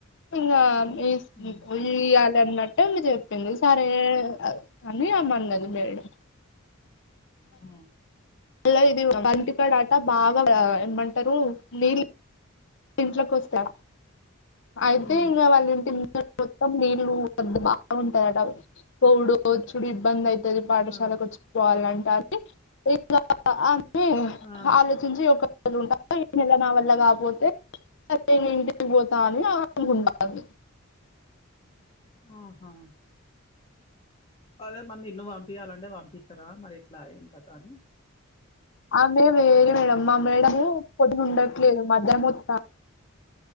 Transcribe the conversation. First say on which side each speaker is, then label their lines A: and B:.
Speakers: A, on the left; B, on the left.
A: ఇంగ మీ ఇస్
B: ఉమ్
A: ఇయ్యాలిన్నట్టే ఆమె చెప్పింది సరే అని ఆమె మన్నది మేడం
B: ఆ
A: మళ్ళ ఇది బంతికడట బాగా ఏమంటారు నీళ్ళ ఇంట్లోకి వస్తా అయితే
B: ఉమ్ ఉమ్
A: ఇంకా వాళ్ళంటి మొత్తం నీళ్ళలు వద్ద బాగుంటదిట పోవుడు వచ్చుడు ఇబ్బంది అయి ది పాఠశాలకు
B: ఆ
A: వచ్చి పోవాలంటే అది ఇలా అని
B: ఆ
A: ఆలోచించి ఒకళు ఉంటారు ఈ నెల నా వల్ల కాపోతే సరే నేను ఇంటికి పోతా అని ఆమె అనుకుంటాంది
B: ఆహా అదే మన్న నిన్ను పంపియాలంటే పంపిస్తారా మరి లాయింగ్ కథాని
A: ఆమె వేరే మేడం మా మేడము పొద్దున ఉండట్లేదు మధ్యాహ్నం వత్తంది